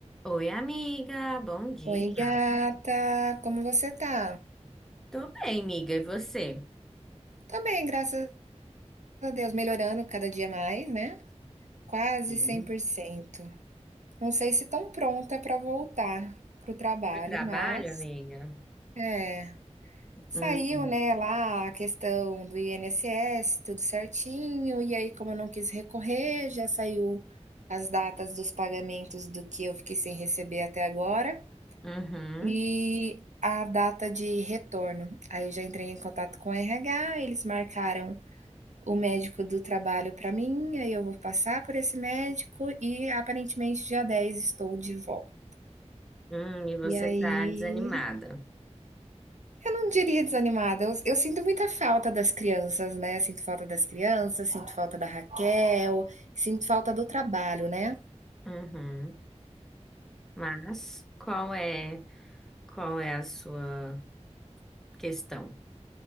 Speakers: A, in the centre; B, on the right (about 85°).
A: Oi, amiga, bom dia.
B: Oi, gata, como você tá?
A: Tô bem, amiga, e você?
B: Tô bem, graças a Deus, melhorando cada dia mais, né? Quase
A: Sim.
B: cem por cento. Não sei se tão pronta pra voltar pro trabalho,
A: Eu trabalho,
B: mas
A: amiga?
B: é, saiu,
A: Hum,
B: né, lá a questão do INSS, tudo certinho, e aí como eu não quis recorrer, já saiu as datas dos pagamentos do que eu fiquei sem receber até agora.
A: uhum,
B: E a data de retorno. Aí eu já entrei em contato com o RH, eles marcaram o médico do trabalho para mim, aí eu vou passar por esse médico e aparentemente dia 10 estou de volta.
A: hum, e você
B: E aí,
A: tá desanimada.
B: eu não diria desanimada, eu, eu sinto muita falta das crianças, né? Sinto falta das crianças, sinto falta da Raquel, sinto falta do trabalho, né?
A: Uhum. Mas qual é, qual é a sua questão?